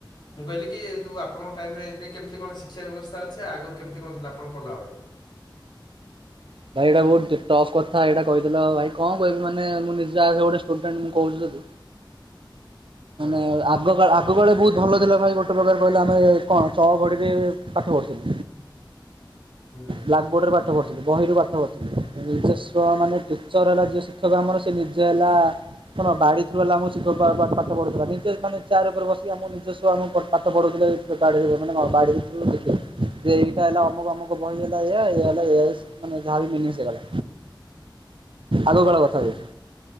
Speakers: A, on the left; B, on the right.
A: ମୁଁ କହିଲି କି ଯୋଉ ଆପଣଙ୍କ ଏବେ କେମତି କଣ ଶିକ୍ଷା ବ୍ୟବସ୍ ଅଛି ଆଗରୁ କେମତି କଣ ଥିଲା ଆପଣ ପଢିଲା ବଳେ
B: ଭାଇ ଏଇଟା ବହୁତ ଟଫ୍ କଥା ଏଇଟା କହିଥିଲ ଭାଇ କଣ କହିବି ମାନେ ମୁଁ ନିଜେ ଆସ ଗୋଟେୁଡଣ୍ଟ ମୁଁ କହୁଛିୁ।
A: ହଁ
B: ମାନେ ଆଗଗକା ଆଗ ବଳେ ବହୁତ ଭଲ ଥିଲା ଭାଇ ଗୋଟେ ପ୍ରକାର କହିଲା ଆମେ କଣ ଚଘଡ଼ିରେ ପାଠ ପଢ଼ୁଥିଲୁ।
A: ହୁଁ।
B: ବ୍ଲକବୋର୍ଡର ବାାର୍ତ୍ତା ପଥିଲ। ବହିରୁ ପାଠ ପଢ଼ଥିଲଥିଲେ ନିଜସ୍ୱଵ ମାନେ ଟିଚର୍ ହେଲା ଯେ ଶିକ୍ଷକ ଆମର ସେ ନିଜ ହେଲା କଣ ବାଡ଼ି ରୁ ହେଲା ଆମ ଶିକ୍ଷକ ୁଥିଲା ନିଜେ ମାନେ ଚାର ଉପରେ ବସିକି ଆମ ନିଜସ୍ୱ ଆମ ପା ପଢୁଥିଲେ ମାନେ ବାଡ଼ିରେଥିଲ ଦେଖ ଯେ ଏଇଟା ହେଲା ଅମକ ଅମକ ବହି ହେଲା ହେଲାାନେ ଯାହା ବି ମିନି ହେଇଗଲା ଆଗ କାଳ କଥା ଅଛି।